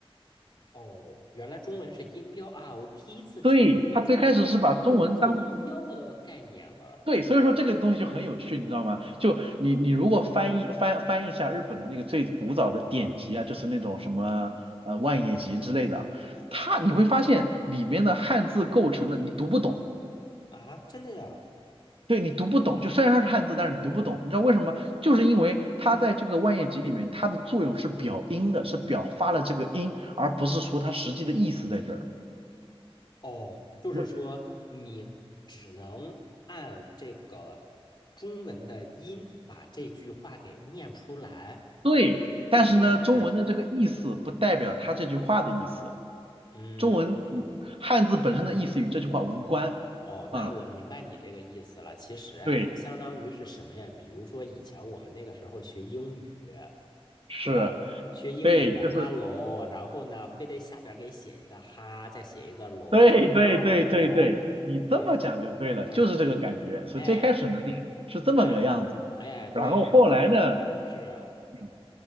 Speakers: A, on the left; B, on the right.
A: 哦，原来中文是音标啊，我第一次听说中文居然能有做音标的概念了
B: 对，它最开始是把中文当对，所以说这个东西就很有趣，你知道吗？就你你如果翻译翻翻译一下日本的那个最古早的典籍啊，就是那种什么呃《万叶集》之类的，它你会发现里面的汉字构成的你读不懂，
A: 啊，真的呀？
B: 对你读不懂，就虽然它是汉字，但是你读不懂，你知道为什么？就是因为它在这个《万叶集》里面，它的作用是表音的，是表发了这个音，而不是说它实际的意思在这儿。
A: 哦，就是说你只能按这个中文的音把这句话给念出来，
B: 我对，但是呢，
A: 但是，
B: 中文的这个意思不代表它这句话的意思。
A: 嗯嗯，
B: 中文语汉字本身的意思与这句话无关。
A: 哦，那我明白你这个意思了。
B: 啊，
A: 其实啊，
B: 对，
A: 就相当于是什么呀？比如说以前我们那个时候学英语，
B: 是，
A: 对吧？学英语的
B: 对，就是
A: hello，然后呢，非得下边儿给写一个哈，再写一个楼，hello，
B: 对对对对对，你这么讲就对了，
A: 对，啊，
B: 就是这个感觉。所以最开始呢是是这么个样子，
A: 哎哎哎，对，
B: 然后后来呢？
A: 然后呢是。
B: 嗯